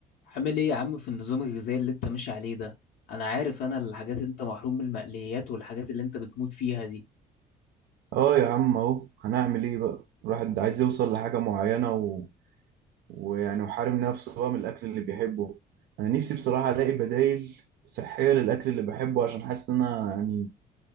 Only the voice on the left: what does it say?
عامل ايه يا عم في النظام الغذائي اللي انت ماشي عليه ده انا عارف انا الحاجات اللي انت محروم من المقليات والحاجات اللي انت بتموت فيها دي